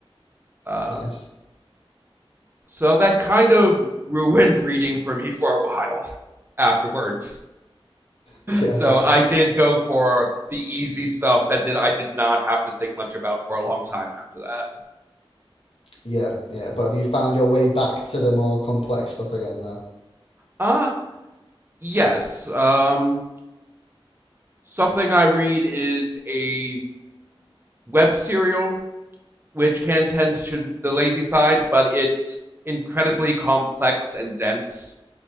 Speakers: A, on the right; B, on the left.
A: uh,
B: Nice.
A: so that kind of ruined reading for me for a while <laughs> afterwards.
B: <laughs> Yeah,
A: so
B: I bet.
A: I did go for the easy stuff that did I did not have to think much about for a long time after that.
B: Yeah, yeah. But have you found your way back to the more complex stuff again now?
A: Ah, Uh yes. Um something I read is a web serial which can tend to the lazy side, but it's incredibly complex and dense.